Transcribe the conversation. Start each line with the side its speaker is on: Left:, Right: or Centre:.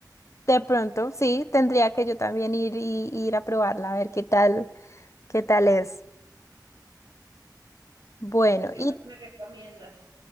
Left: De pronto, sí, tendría que yo también ir y ir a probarla, a ver qué tal, qué tal es. Bueno,
Right: y qué
Left: y
Right: más me recomiendas.